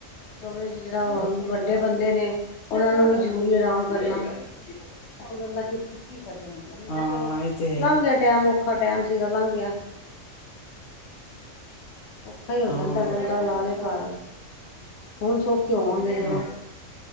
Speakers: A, on the left (about 65°); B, on the left (about 85°).
A: ਕਮਰੇ ਚ ਜਿਹੜਾ
B: ਆਪ।
A: ਵੱਡੇ ਬੰਦੇ ਨੇ। ਉਹਨਾ ਨੂੰ ਵੀ ਜ਼ਰੂਰੀ ਆਰਾਮ ਕਰਨਾ ਅਸੀ ਬੰਦਾ ਕਿਥੇ।
B: ਹਾਂ
A: ਚਲੋ
B: ਇਹ ਤੇ ਹੈ ਹੀ
A: ਲੰਘ
B: ਹੈ।
A: ਗਿਆ ਟੈਮ ਔਖਾ। ਔਖਾ ਟਾਈਮ ਸੀਗਾ ਲੰਘ ਗਿਆ। ਔਖਾ ਹੋ
B: ਹਾਂ
A: ਜਾਂਦਾ ਬੰਦਾ ਲਾ ਲੈ ਘਰ ਹੁਣ ਸੌਖੀ,, ਤੋਵਾਂਗੇ ਜਦੋਂ।
B: ਹਾਂ